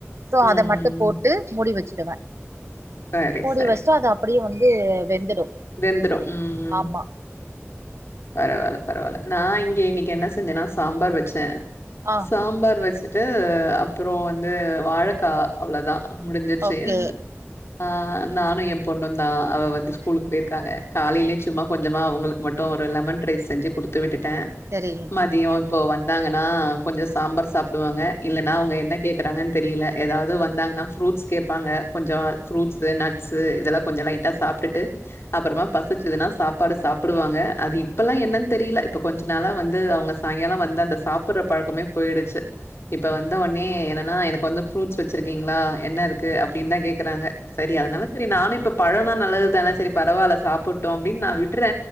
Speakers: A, on the right; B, on the left.
A: சோ
B: ம்.
A: அத மட்டு
B: ம்.
A: போ ட்டு மூடி வச்சுடுவ
B: சரி,
A: மூடி
B: சரி.
A: வஸ்ட்டு அத அப்புடியே வந்து வெந்துடு
B: வெந்துரு ம் ம்
A: ஆமா
B: பரவால்ல பரவால்ல நான் இங்க இன்னைக்கு என்ன செஞ்சனா சாம்பார் வச்ச
A: ஆ
B: சாம்பார் வச்சுட்டு அப்புறோ வந்து வாழக்கா அவுளதா முடிஞ்சிர்ச்சு
A: ஓகே
B: ஆ நானு என் பொண்ணுந்தா அவ வந்து
A: ஓகே
B: ஸ்கூலுக் டாங்க காலேலே சும்மா கொஞ்சமா அவுங்களுக்கு மட்டு ஒரு லெமன் ரைஸ் செஞ்சு குடுத்து விட்டுட்ட
A: சரி
B: மதியோ இப்போ வந்தாங்கனா கொஞ்சோ சாம்பார் சாப்புடுவாங்க இல்லனா
A: ம்
B: அவ்ங்க என்ன கே க்குறாங்கன் தெரியில எதாவ்து வந்தாங்னா ஃபுரூட்ஸ் கேப்பாங்க கொஞ்சோ
A: ம்
B: ஃபுரூட்ஸு நட்ஸு இதெல்லா கொஞ்சோ லைட்டா சாப் பிட்டு அப்புறமா
A: ம்
B: பசிச்சுதுனா சாப்பாடு சாப்புடுவாங்க அது இப்பல்லா என்னன் தெரில இப்ப கொஞ்சு நாளா வந்து அவ்ங்க சாய்ங்காலோ வந்து அந்த சாப்புற பழக்கமே போய்டுச்சு இப்ப வந்த ஒட்னே என்னனா எனக்கு வந்து ஃபுரூட்ஸ் வச்சிருக்கீங்ளா என்ன இருக்கு அப்டின்தா கேக்குறாங்க சரி அதுனால சரி நானு இப்ப பழோனா நல்லதுதான சரி பரவால்ல சாப்புட்டு அப்டின் நான் விடுற